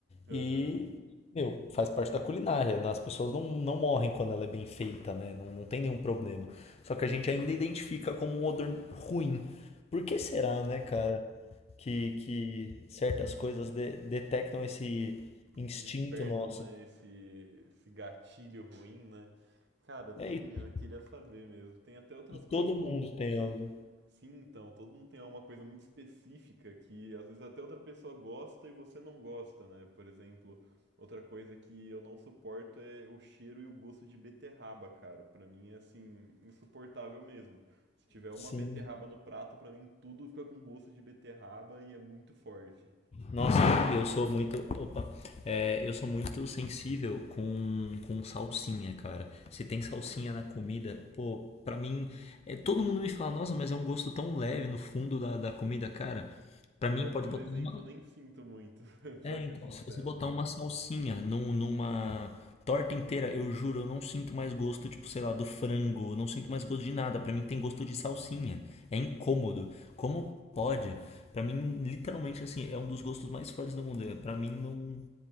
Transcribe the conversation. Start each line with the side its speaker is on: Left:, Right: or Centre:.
Right: aham.
Left: E, meu, faz parte da culinária. né? As pessoas não, não morrem quando ela é bem feita, né? Não, não tem nenhum problema. Só que a gente ainda identifica como um odor ruim. Por que será, né, cara, que, que certas coisas de- detectam esse instinto
Right: despertam,
Left: nosso?
Right: né, esse, esse gatilho ruim, né? Cara, tem,
Left: É isso.
Right: eu queria saber mesmo. Tem até outras
Left: E todo
Right: coisas como,
Left: mundo tem algo.
Right: sim, então, todo mundo tem uma coisa muito específica que às vezes até outra pessoa gosta e você não gosta, né? Por exemplo, outra coisa que eu não suporto é o cheiro e o gosto de beterraba, cara. Pra mim é assim, insuportável mesmo. Se tiver uma
Left: Sim.
Right: beterraba no prato, pra mim tudo fica com gosto de beterraba e é muito forte.
Left: Nossa, eu sou muito. Opa. É, eu sou muito sensível com, com salsinha, cara. Se tem salsinha na comida, pô, pra mim. é, todo mundo me fala, nossa, mas é um gosto tão leve no fundo da, da comida, cara. Pra
Right: É,
Left: mim,
Right: eu,
Left: pode
Right: por
Left: botar
Right: exemplo,
Left: uma
Right: nem sinto muito, <laughs>
Left: É,
Right: pra ser
Left: então,
Right: sincero.
Left: se você botar uma salsinha num- numa torta inteira, eu juro, eu não sinto mais gosto, tipo, sei lá, do frango, eu não sinto mais gosto de nada. Pra mim tem gosto de salsinha. É incômodo. Como pode? Pra mim, literalmente, assim, é um dos gostos mais fortes do mundo. É, Pra mim, não.